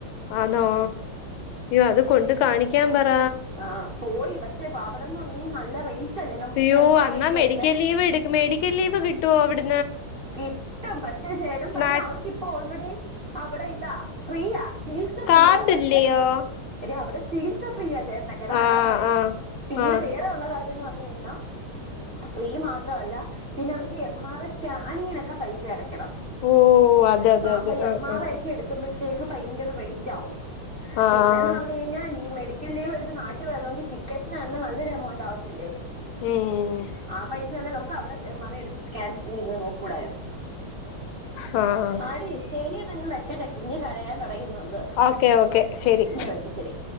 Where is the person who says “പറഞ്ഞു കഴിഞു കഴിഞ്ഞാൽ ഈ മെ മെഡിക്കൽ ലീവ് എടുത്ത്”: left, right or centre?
Right